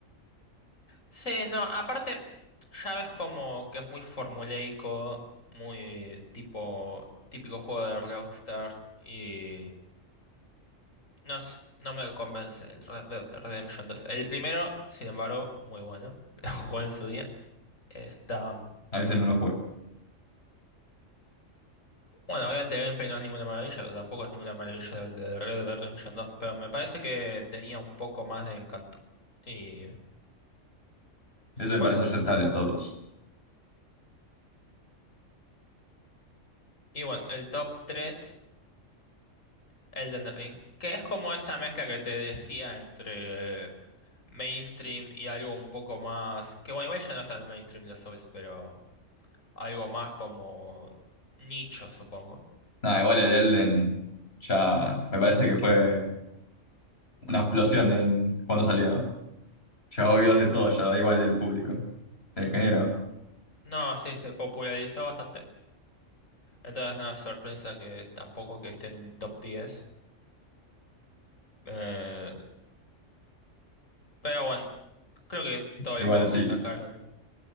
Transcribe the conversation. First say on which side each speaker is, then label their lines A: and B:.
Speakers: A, on the left; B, on the left.
A: Sí, no, aparte, ya ves como que es muy formulaico, muy tipo típico juego de Rockstar y no sé, no me convence el Red Dead Redemption 2. El primero, sin embargo, muy bueno, <laughs> lo jugué en su día, está
B: A veces no lo juego.
A: Bueno, obviamente el gameplay no es ninguna maravilla, pero tampoco es ninguna maravilla el de Red Dead Redemption dos pero me parece que tenía un poco más de encanto. Y
B: Eso me
A: bueno,
B: parece aceptable en todos.
A: y bueno, el top 3, Elden Ring, que es como esa mezcla que te decía entre mainstream y algo un poco más, que bueno, igual ya no es tan mainstream los Souls, pero algo más como nicho, supongo.
B: Nada, igual el Elden ya me parece que fue una explosión en cuando salió. Ya oídos de todo, ya da igual el público. El género.
A: No, sí, se popularizó bastante, entonces no es sorpresa que tampoco que esté en un top diez Eh, pero bueno. Creo que todos
B: Igual
A: los juegos
B: sí,
A: que sacaron